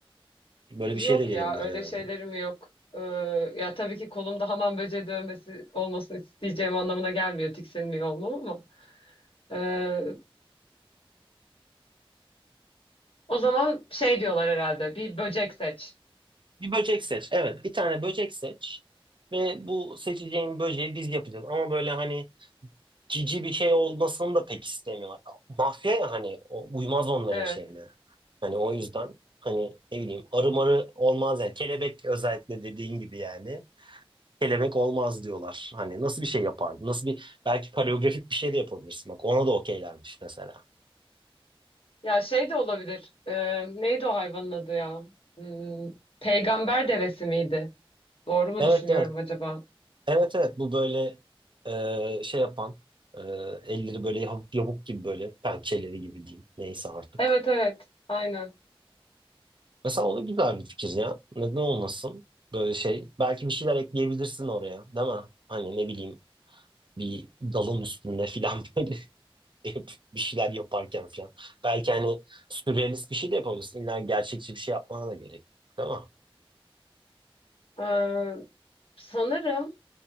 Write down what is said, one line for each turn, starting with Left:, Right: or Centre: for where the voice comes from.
Right: böyle
Left: Yok
Right: bir şey de gelebilir
Left: ya öyle
Right: yani.
Left: şeylerim yok. Ee, ya tabii ki kolumda hamam böceği dövmesi olmasını isteyeceğim anlamına gelmiyor tiksinmiyor olmam ama. Ee, o zaman şey diyorlar herhalde bir böcek seç.
Right: Bir böcek seç. Evet, bir tane böcek seç ve bu seçeceğin böceği biz yapacağız. Ama böyle hani cici bir şey olmasını da pek istemiyorlar. Mafya ya hani o, uymaz onların
Left: Evet.
Right: şeyine. Hani o yüzden hani ne bileyim arı marı olmaz yani. Kelebek özellikle dediğin gibi yani. Kelebek olmaz diyorlar. Hani nasıl bir şey yapardın? Nasıl bir belki koreografik bir şey de yapabilirsin. Bak ona da okeylermiş mesela.
Left: Ya şey de olabilir. Ee, neydi o hayvanın adı ya? Hmm, peygamber devesi miydi? Doğru mu
Right: Evet
Left: düşünüyorum
Right: evet
Left: acaba?
Right: Evet evet bu böyle e, şey yapan e, elleri böyle hafif yamuk gibi böyle pençeleri gibi diyeyim neyse artık.
Left: Evet evet aynen.
Right: Mesela o da güzel bir fikir ya. Neden olmasın böyle şey. Belki bir şeyler ekleyebilirsin oraya değil mi? Hani ne bileyim bir dalın üstünde filan <laughs> böyle hep bir şeyler yaparken filan. Belki hani sürrealist bir şey de yapabilirsin. İlla gerçekçi bir şey yapmana da gerek yok, değil mi?
Left: Ee, sanırım.